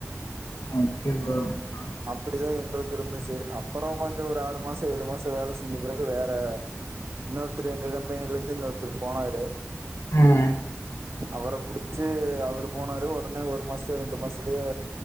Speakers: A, on the left; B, on the right.
A: ஓகே ப்ரோ ஓகே ப்ரோ
B: அப்டிதா எங்களுக்கு இருந்துச்சு அப்பறோ கொஞ்சோ ஒரு ஆறு மாசோ ஏழு மாசோ வேல செஞ்ச பிறகு வேற இன்னொருத்தர் எங்க கம்பெனில இருந்து இன்னொருத்தர் போனாரு
A: ம்
B: அவர புடிச்சு அவரு போனாரு ஒடனே ஒரு மாசத்து ரெண்டு மாசத்துலயே